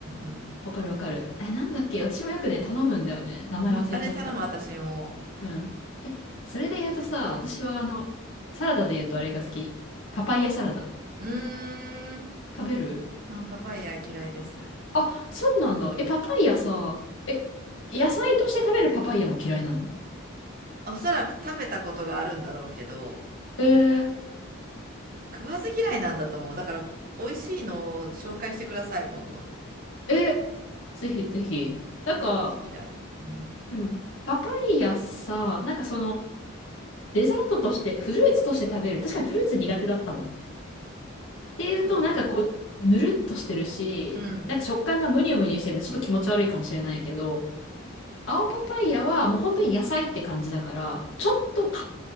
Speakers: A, on the right; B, on the left.
A: ん
B: わかるわかる。え、なんだっけ私もよくね、頼むんだよね。名前忘れちゃった。
A: うん。うん、あれ頼む私も。
B: うん。え、それで言うとさ、私はあの、サラダで言うとあれが好き。パパイヤサラダ。
A: うーん、
B: 食べる
A: うん、パパイヤ嫌いです。
B: あ、そうなんだ。え、パパイヤさ、え、野菜として食べるパパイヤも嫌いなの
A: おそらく食べたことがあるんだろうけど、
B: えー、
A: 食わず嫌いなんだと思う。だから、美味しいのを紹介してください、今度。
B: え、ぜひぜひ。なんか、
A: 食わず嫌いうん。
B: うん。パパイヤさ、なんかその、デザートとして、フルーツとして食べる。確かにフルーツ苦手だったもんね。っていうと、
A: そ
B: なんかこう、ぬるっとしてるし、
A: う。うん。
B: なんか食感がムニュムニュしてて、ちょっと気持ち悪いかもしれないけど、青パパイヤはもう本当に野菜って感じだから、ちょっと固